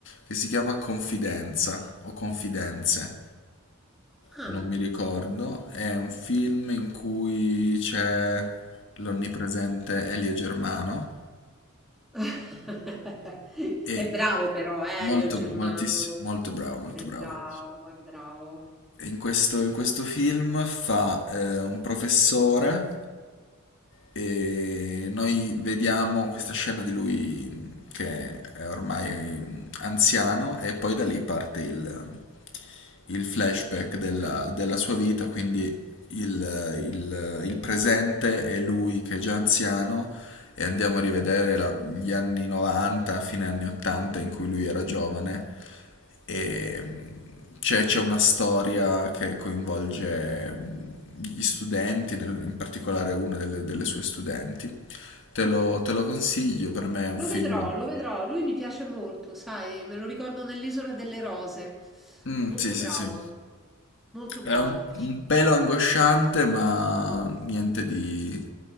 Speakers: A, on the left; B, in the centre.
A: che si chiama Confidenza o Confidenze,
B: Ah.
A: non mi ricordo. È un film in cui c'è l'onnipresente Elio Germano
B: <laughs>
A: e
B: È bravo però, eh,
A: molto,
B: Elio Germano.
A: moltiss- molto bravo, molto
B: È
A: bravo.
B: bravo, è bravo.
A: E In questo, in questo film fa eh, un professore e noi vediamo questa scena di lui mh, che è ormai mh, anziano e poi da lì parte il, mm, il flashback della,
B: Ah,
A: della sua vita, quindi il, il- il presente è lui che è già anziano e andiamo a rivedere la- gli anni 90, fine anni 80 in cui lui era giovane e mh, c'è, c'è una storia che coinvolge mh, gli studenti, nel- in particolare una delle, delle sue studenti. Te lo, te lo consiglio, per me è un
B: lo
A: film...
B: vedrò, lo vedrò. Lui mi piace molto, sai, me lo ricordo nell'Isola delle Rose.
A: Mm,
B: Molto
A: sì, sì,
B: bravo,
A: sì.
B: molto
A: È
B: bravo.
A: un, un pelo angosciante, ma niente di,